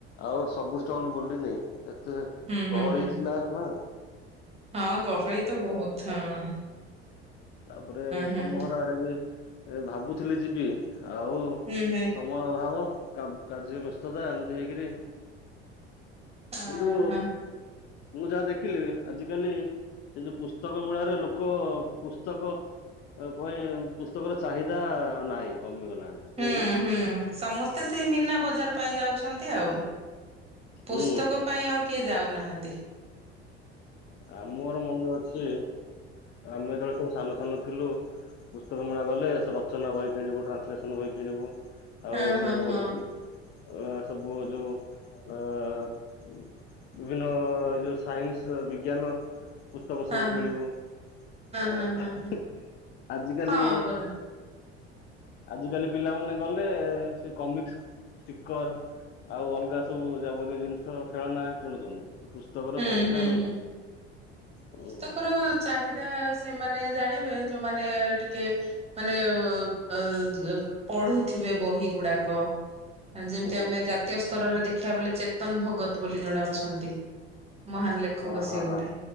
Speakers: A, on the left (about 35°); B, on the right (about 20°).
A: ଆଉ ସବୁ ଷ୍ଟଲ ବୁଲିନି ଏତେ
B: ହୁଁ ହୁଁ
A: ଗହଳି
B: ହୁଁ
A: ଥିଲା ହେଲା
B: ହଁ ଗହଳି ତ ବହୁତ ହଁ।
A: ତାପରେ
B: ହଁ
A: ତମ
B: ହଁ
A: ଘର ଆଡେ ବି ଭାବୁଥିଲି ଯିବି ଆଉ
B: ହୁଁ ହୁଁ
A: ସ ମୟ ଅଭାବ କାର୍ଯ୍ୟ ବ୍ୟସ୍ତତା ଏମିତି ହେଇକିରି
B: ହଁ
A: କିନ୍ତୁ
B: ହଁ
A: ମୁଁ ଯାହା ଦେଖିଲିଣି, ଆଜିକାଲି ସେ ଯୋଉ ପୁସ୍ତକ ମେଳାରେ ଲୋକ ପୁସ୍ତକ ଆଉ ଭଏ ପୁସ୍ତକର ଚାହିଦା ନାହିଁ, କମିଗଲାଣି।
B: ହୁଁ
A: ନାଇଁକି?
B: ହୁଁ, ସମସ୍ତେ ସେଇ ମୀନା ବଜାର ପାଇଁ ଯାଉଛନ୍ତି ଆଉ। ପୁସ୍ତକ
A: ହୁଁ
B: ପାଇଁ ଆଉ କିଏ ଯାଉନାହାଁନ୍ତି।
A: ଆଉ ମୋର ମନେ ଅଛି, ଆମେ ଯେତେବେଳେ ସବୁ ସାନ ସାନ ଥିଲୁ, ପୁସ୍ତକ ମେଳା ଗଲେ ସେ ରଚନା ବହି କିଣିବୁ, ଟ୍ରାନ୍ସଲେସନ ବହି କିଣିବୁ ଆଉ
B: ହଁ ହଁ
A: ସେ ବହି,
B: ହଁ
A: ଅ ସବୁ ଯୋଉ ଅ ବିଭିନ୍ନ ଏ ଯୋଉ ସାଇନ୍ସ ବିଜ୍ଞାନ ପୁସ୍ତକ
B: ହଁ
A: ସବୁ
B: ହଁ
A: କିଣିବୁ। ଅ
B: ହଁ ହଁ ହଁ ହଁ
A: ହ
B: ହଁ
A: ହିଁ, ଆଜିକାଲି
B: ହଁ ପରା
A: ଆଜିକାଲି ପିଲାମାନେ ଗଲେ, ସେ କମିକ୍ସ ଷ୍ଟିକର ଆଉ ଅଲଗା ସବୁ ଯାବତୀୟ ଜିନିଷ, ଖେଳନା କିଣୁଛନ୍ତି। ପୁସ୍ତ ସ୍ତକର
B: ହୁଁ
A: ଚାହିଦା
B: ହୁଁ
A: ଆଉ
B: ହୁଁ।
A: ନୁହଁ। ହୁଁ
B: ପୁସ୍ତକର ଚାହିଦା ସେମାନେ ଜାଣିବେ, ଯୋଉମାନେ ଟିକେ ମାନେ ଅ-ଅ ପଢୁଥିବେ ବହିଗୁଡାକ। ଯେମତି
A: ହୁଁ
B: ଆମେ ଜାତୀୟ ସ୍ତରରେ ଦେଖିଆକୁ ବଲେ, ଚେତନ ଭଗତ ବୋଲି ଜଣେ ଅଛନ୍ତି। ମହାନ ଲେଖକ
A: ହଁ
B: ସିଏ
A: ହଁ
B: ଗୋଟେ।
A: ହଁ